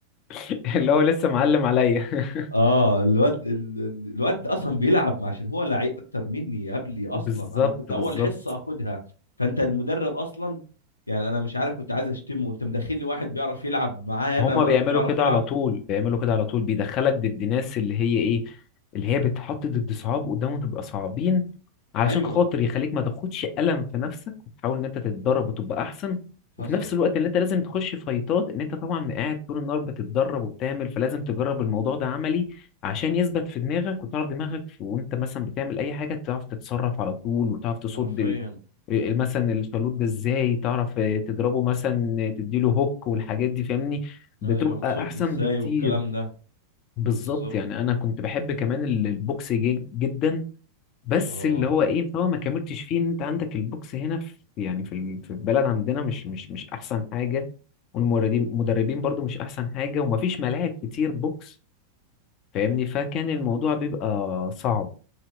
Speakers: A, on the left (about 40°); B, on the left (about 80°).
A: <laughs> اللي هو لسه معلم عليا <laughs>
B: اه الواد ال- ال- الواد اصلا بيلعب عشان هو لعيب اكتر مني قبلي اصلا
A: بالظبط
B: انا كنت
A: بالظبط
B: اول حصه اخدها فانت المدرب اصلا يعني انا مش عارف كنت عايز اشتمه انت مدخل لي واحد بيعرف يلعب معايا
A: هما
B: انا انا
A: بيعملوا
B: مش بعرف
A: كده
B: العب
A: على طول بيعملوا كده على طول بيدخلك ضد ناس اللي هي ايه اللي هي بتحط ضد صعاب قدامهم تبقى صعبين علشان
B: ايوه
A: خاطر يخليك ما تاخدش ألم في نفسك وتحاول ان انت تتدرب وتبقى احسن وفي
B: حصل
A: نفس الوقت اللي انت لازم تخش فايتات ان انت طبعا قاعد طول النهار بتتدرب وبتعمل فلازم تجرب الموضوع ده عملي عشان يثبت في دماغك وتعرف دماغك وانت مثلا بتعمل اي حاجة تعرف تتصرف على طول وتعرف تصد
B: حرفيا
A: إيه، مثلا الشالوت ده ازاي تعرف تضربه مثلا تديله هوك والحاجات دي فاهمني بتبقى
B: ايوه وتصد
A: احسن
B: ازاي
A: بكتير
B: والكلام ده
A: بالظبط
B: بالظبط
A: يعني انا كنت بحب كمان ال- البوكس جي- جدا بس
B: اه
A: اللي هو ايه طبعا ما كملتش فيه ان انت عندك البوكس هنا في يعني في ال- في البلد عندنا مش مش مش احسن حاجة والمدربين مدربين برضو مش احسن حاجة ومفيش ملاعب كتير بوكس فاهمني فكان الموضوع بيبقى صعب